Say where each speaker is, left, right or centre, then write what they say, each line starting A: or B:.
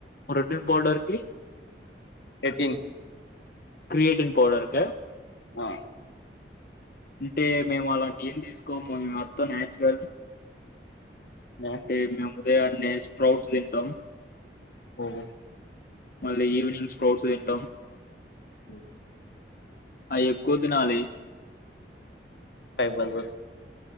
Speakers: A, on the left; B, on the left.
A: ప్రోటీన్న్ పౌడర్కి
B: ఎటీన్
A: క్రియేటిన్ పౌడర్క
B: ఆ
A: అంటే మేము అలాంటి ఏం తీసుకోముో మ అత్తం న్యాచురల్
B: న్యాచురల్
A: ంటే మ ఉద అ స్పట్ తింటం
B: ఓం
A: మళ్ళీ ఈవినింగ్ స్క్రోల్స్ తింటాం.
B: ఉ
A: అయ్ ఎక్కువ దినాలి
B: ఫైవ్ బల్బుస్